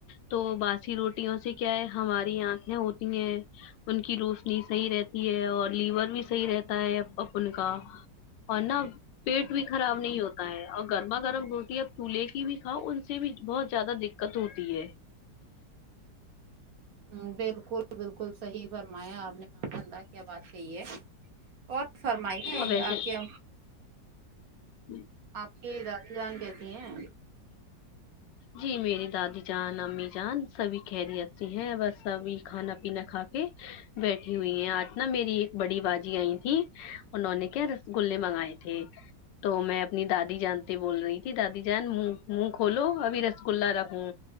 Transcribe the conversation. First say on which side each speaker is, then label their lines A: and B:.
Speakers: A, on the left; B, on the right.
A: تو باسی روٹیوں سے کیا ہے ہماری آنکھیں ہوتی ہیں ان کی روشنی صحیح رہتی ہے اور لیور بھی صحیح رہتا ہے اپنکا کا اور نا پیٹ بھی خراب نہیں ہوتا ہے اور گرما گرم روٹی اب پھولے بھی کھاؤ ان سے بھی بہت زیادہ دق کت ہوتی ہے
B: <inaudible> ہ بالکل بالکل صحیح فرمایا آپ نے ماشا اللہ کیا بات کہی ہے اور فرمائیے
A: اور ویسے
B: آپ کیا
A: جی
B: کی دادی جان کیسی ہیں
A: جی میری دادی جان امی جان سبھی خیریت سے ہیں بس سبھی کھانا پینا کھا کے بیٹھی ہوئی ہے آج نا میری ایک بڑی باجی آئی تھی انہوں نے کیا رس گلے منگائے تھے تو میں اپنی دادی جان تے بول رہی تھی دادی جان مو مو کھولو ابھی رسگلا رکھوں